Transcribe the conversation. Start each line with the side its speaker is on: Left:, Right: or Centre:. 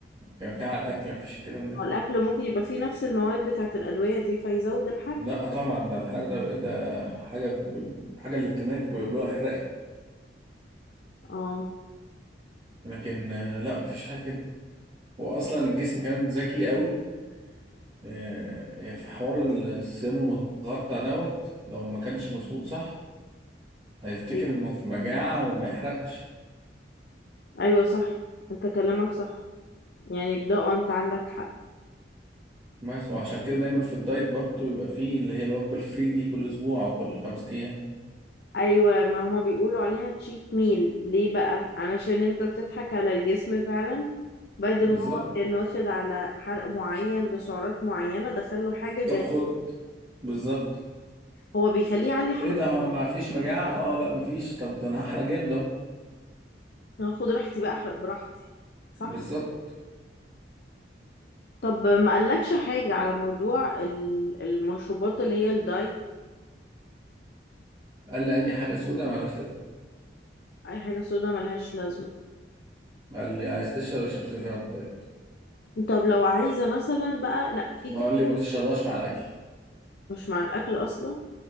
Right: كان كان على الاكل مفيش الكلام ده
Left: هو الاكل ممكن يبقى فيه نفس المواد بتاعه الادويه دي فيزود الحرق
Right: لا طبعا ده الحرق ده ده حاجة ب... حاجة للدماغ بيقول له احرقي
Left: اه
Right: لكن آه، لا مفيش حاجة كده واصلا الجسم كان ذكي قوي آه، في حوار الصيام المتقطع دوت لو ما كانش مظبوط صح هيفتكر
Left: ايوه
Right: انه في مجاعة وما يحرقش
Left: ايوه صح انت كلامك صح يعني في ده آه، انت عندك حق
Right: بس وعشان كده دايما في الدايت برضه بيبقى فيه اللي هي الوجبة الفري دي كل اسبوع او كل خمس ايام
Left: ايوه ما هما بيقولوا عليها تشيت ميل ليه بقى علشان انت بتضحك على الجسم فعلا بعد
Right: بالظبط
Left: ما هو كان واخد على حرق معين بسعرات معينة دخله حاجة جنب
Right: طب خد بالظبط
Left: هو بيخليه يعلي
Right: ايه
Left: حرقه
Right: ده هو انا ما فيش مجاعة اه لا ما فيش طب ده انا هحرق جامد اهو
Left: أنا هاخد راحتي بقى احرق براحتي صح
Right: بالظبط
Left: طب ما قالكش حاجة على موضوع ال- المشروبات اللي هي الدايت
Right: قال لي اي حاجة سودا مالهاش لازمة
Left: اي حاجة سودا ملهاش لازمة
Right: قال لي عايز تشرب اشرب سيفين الدايت
Left: طب لو عايزة مثلا بقى لا في
Right: ما
Left: كلام
Right: قال لي ما تشربهاش مع الاكل
Left: مش مع الاكل اصلا